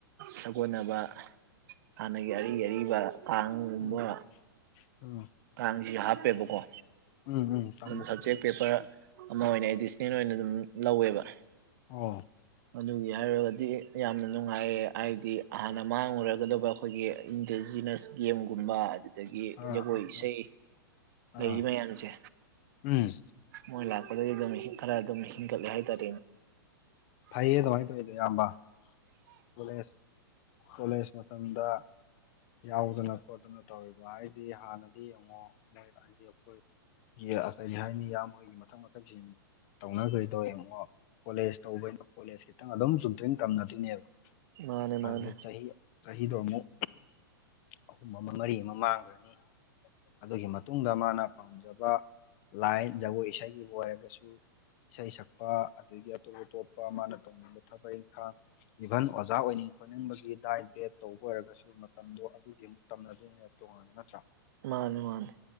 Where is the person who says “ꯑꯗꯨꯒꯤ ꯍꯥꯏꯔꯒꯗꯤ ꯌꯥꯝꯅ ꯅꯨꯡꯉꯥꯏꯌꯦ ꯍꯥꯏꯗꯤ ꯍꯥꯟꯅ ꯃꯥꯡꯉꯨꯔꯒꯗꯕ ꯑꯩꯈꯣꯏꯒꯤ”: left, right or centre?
Right